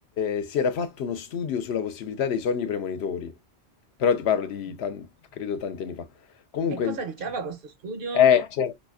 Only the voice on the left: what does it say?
eh, si era fatto uno studio sulla possibilità dei sogni premonitori, però ti parlo di,
tan- credo, tanti anni fa. Comunque,
eh, c'era